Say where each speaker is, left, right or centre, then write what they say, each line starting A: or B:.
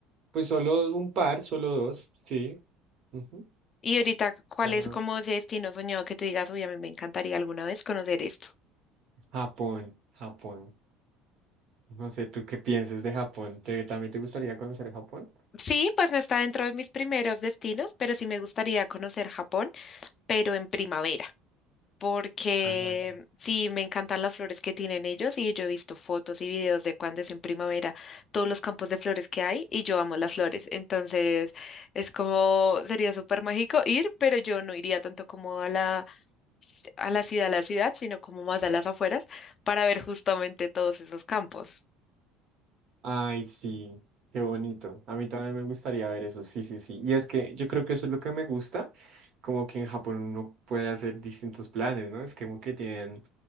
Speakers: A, on the right; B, on the left.
A: pues solo un par, solo dos, sí. Ujú.
B: Y ahorita, ¿cuál
A: Ah,
B: es como ese destino soñado que tú digas, uy, a mí me encantaría alguna vez conocer esto?
A: Japón, Japón. No sé, ¿tú qué piensas de Japón? ¿Te, también te gustaría conocer Japón?
B: Sí, pues no está dentro de mis primeros destinos, pero sí me gustaría conocer Japón. pero en primavera, porque
A: Ah,
B: sí,
A: sí.
B: me encantan las flores que tienen ellos y yo he visto fotos y videos de cuando es en primavera, todos los campos de flores que hay y yo amo las flores, entonces es como, sería súper mágico ir, pero yo no iría tanto como a la, a la ciudad, a la ciudad, sino como más a las afueras para ver justamente todos esos campos.
A: Ay, sí, qué bonito. A mí también me gustaría ver eso, sí, sí, sí. Y es que yo creo que eso es lo que me gusta, como que en Japón uno puede hacer distintos planes, ¿no? Es que como que tienen,